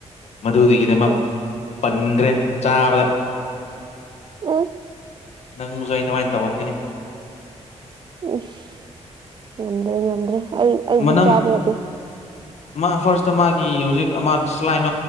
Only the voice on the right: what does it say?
ꯑꯥ
ꯑꯦ꯫
ꯏꯁ ꯉꯝꯗ꯭ꯔꯦ ꯉꯝꯗ꯭ꯔꯦ ꯑꯩ ꯑꯩꯗꯤ
ꯆꯥꯕ ꯌꯥꯗꯦ꯫